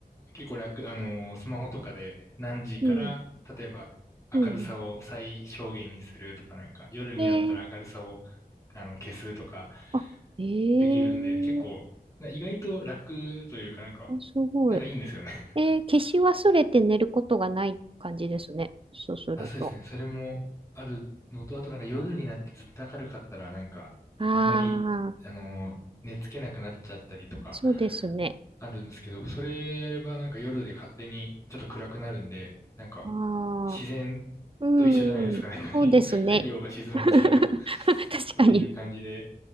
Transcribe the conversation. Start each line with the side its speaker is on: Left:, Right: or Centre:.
Left: 結構楽、あの、スマホとかで何時から、
Right: うん、
Left: 例えば明るさを最小限にするとかなんか、
Right: うん。
Left: 夜になったら明るさを、
Right: えー、
Left: あの、消すとか
Right: あ、え
Left: できるんで、
Right: ー、
Left: 結構、な意外と楽というかなんか、
Right: あ、すごい。
Left: なんかいいんですよね。<laughs>
Right: えー消し忘れて寝ることがない感じですね。そうすると。
Left: あ、そうですね。それもあるのと、あとなんか夜になってずっと明るかったら、なんか、
Right: ああ、
Left: あんまり、あのー、寝つけなくなっちゃったりとか、
Right: そうですね。
Left: あるんですけど、それやればなんか夜で勝手にちょっと暗くなるんで、なんか、
Right: ああ、
Left: 自然と一緒じゃないですか。
Right: うん、
Left: なんか、
Right: そうですね。
Left: <laughs> 太陽が沈むみたいな、
Right: <laughs> 確かに。
Left: <laughs> そういう感じで